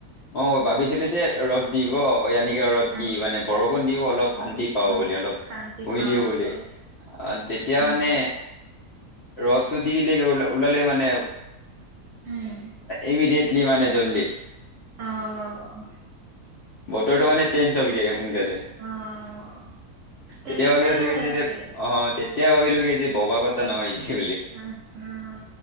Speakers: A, on the left; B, on the right.
A: অ' মই ভাবিছিলো যে ৰ'দ দিব এনেকে ৰ'দ
B: অ
A: কি
B: অ
A: মানে বৰষুণ দিব অলপ শান্তি অলপ
B: উম,
A: বুলি অলপ।
B: শান্তি
A: শুই
B: পাওঁ
A: দিব
B: আৰু
A: বুলি, আহ তেতিয়া
B: কিন্তু
A: মানে ৰ'দটো দি দিলে ওল ওলালে মানে
B: উম,
A: ইমিডিয়েট। কি মানে জল্দি‌?
B: অ',
A: বতৰটো মানে চেঞ্জ হ'লগে সোনকালে।
B: অ', তেনেকাই
A: তেতিয়া ভাবি আছো
B: হৈ
A: কি যে
B: আছে।
A: এতিয়া অ' তেতিয়া ভাবিলোঁ যে ভবা কথা নহয় সেইটো বুলি।
B: উম উম।